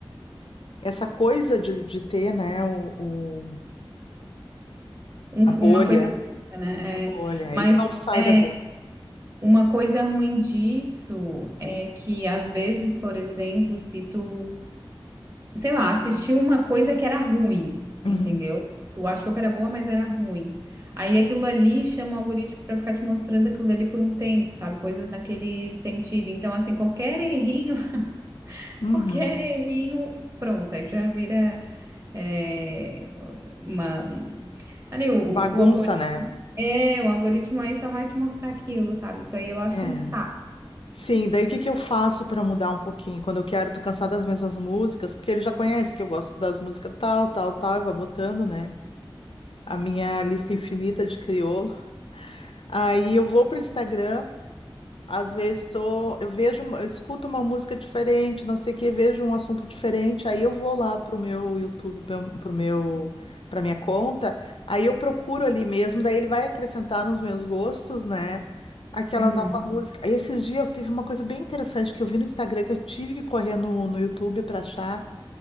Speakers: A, on the left; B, on the right.
A: Essa coisa de, de ter, né, o, o-
B: Um-
A: a bolha,
B: uma coisa, fixa, né?
A: a bolha,
B: É, mas
A: e tu não sai
B: é,
A: da bolha.
B: Uma coisa ruim disso é que, às vezes, por exemplo, se tu, sei lá, assistiu uma coisa que era ruim, entendeu?
A: Uhum,
B: Tu achou que era boa, mas era ruim. Aí aquilo ali chama o algoritmo pra ficar te mostrando aquilo ali por um tempo, sabe? Coisas naquele sentido. Então, assim, qualquer errinho, <laughs>
A: uhum.
B: qualquer errinho, pronto, aí tu já vira é, uma, um- ali o,
A: Bagunça,
B: o algoritmo.
A: né?
B: É, o algoritmo aí só vai te mostrar aquilo, sabe? Isso aí eu acho
A: É.
B: um saco.
A: Sim, daí o que que eu faço pra mudar um pouquinho? Quando eu quero, tô cansada das mesmas músicas, porque ele já conhece que eu gosto das músicas tal, tal, tal, e vai botando, né? A minha lista infinita de crioulo. Aí eu vou pro Instagram. Às vezes tô, eu vejo, uma- eu escuto uma música diferente, não sei o que, vejo um assunto diferente, aí eu vou lá pro meu YouTube, pro pro meu, pra minha conta, aí eu procuro ali mesmo, daí ele vai acrescentar nos meus gostos, né? Aquela
B: Uhum.
A: nova música. Aí Esses dias eu tive uma coisa bem interessante que eu vi no Instagram, que eu tive que correr no, no YouTube pra achar,